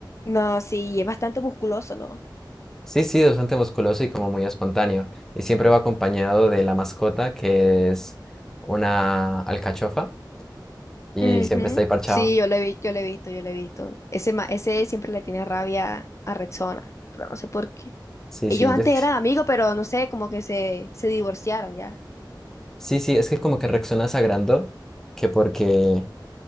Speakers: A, on the left; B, in the centre.
A: No, sí, y es bastante musculoso, ¿no?
B: Sí, sí, bastante musculoso y como muy espontáneo. Y siempre va acompañado de la mascota, que es una alcachofa, y
A: Ujú.
B: siempre está ahí parchado.
A: Sí, yo lo he, vi- yo lo he visto, yo lo he visto. Ese, ma- ese siempre le tiene rabia a Rexona, pero no sé por qué.
B: Sí,
A: Ellos
B: sí,
A: antes
B: yo, sí.
A: eran amigos, pero no sé, como que se, se divorciaron ya.
B: Sí, sí, es que como que reaccionas a que porque,